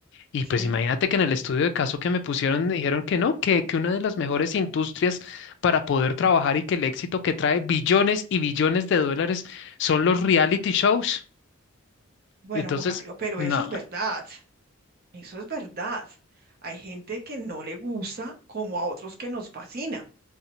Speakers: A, on the left; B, on the right.
A: Y
B: Sí.
A: pues imagínate que en el estudio de caso que me pusieron me dijeron que no, que, que una de las mejores industrias para poder trabajar y que el éxito que trae billones y billones de dólares son los reality shows.
B: Bueno,
A: Entonces,
B: Juan Camilo, pero
A: no,
B: eso es verdad. Eso es verdad. Hay gente que no le gusta como a otros que nos fascina.